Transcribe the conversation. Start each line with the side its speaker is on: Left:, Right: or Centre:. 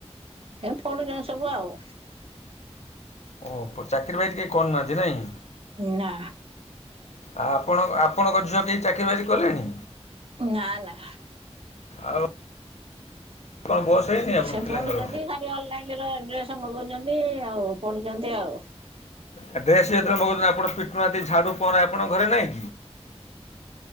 Right: ହେ ପଡୁଛନ୍ତି ସବୁ ଆଉ।
Left: ଓ ଚାକିରି ବାକିରି କେହି କରୁନାହାନ୍ତି ନାଇଁ?
Right: ନା।
Left: ଆ ଆପଣ ଆପଣଙ୍କ ଝିଅ କେହି ଚାକିରି ବାକିରି କଲେଣି?
Right: ନାଁ ନା।
Left: ଆଉ କ'ଣ ବସ୍ ହେଇନି ଆପଣ
Right: ସେ
Left: ପିଲାଙ୍କର
Right: ପଢୁଛନ୍ତି ଖାଲି ଅନଲାଇନରେ ଡ୍ରେସ ମଗଉଛନ୍ତି ଆଉ ପଢୁଛନ୍ତି ଆଉ।
Left: ଆ ଡ୍ରେସ ଯେତେବେଳେ ମଗଉଛନ୍ତି ଆପଣ ପିଟୁନାହାଁନ୍ତି ଝାଡୁ ପହଁରା ଆପଣଙ୍କ ଘରେ ନାଇଁ କି?